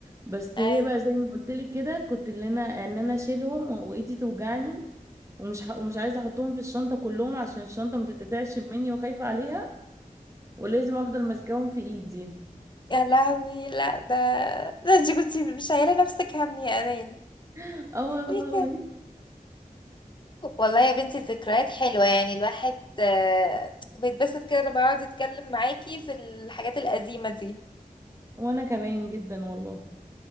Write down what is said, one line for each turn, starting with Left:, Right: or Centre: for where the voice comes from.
Right: بس
Left: أي.
Right: هي بقى زي ما قلت لك كده كنت اللي انا ان انا اشيلهم وايدي توجعني ومش ح... مش عايزه احطهم في الشنطه كلهم عشان الشنطه ما تتقطعش مني وخايفه عليها ولازم افضل ماسكاهم في ايدي
Left: يا لهوي لا ده ده انت كنت مش شايله نفسك هم يا امانه
Right: <laughs> اه والله
Left: ليه والله يا بنتي الذكريات حلوة يعني الواحد آه، بيتبسط كده لما يقعد يتكلم معاكي في الحاجات القديمة دي
Right: وانا كمان جدا والله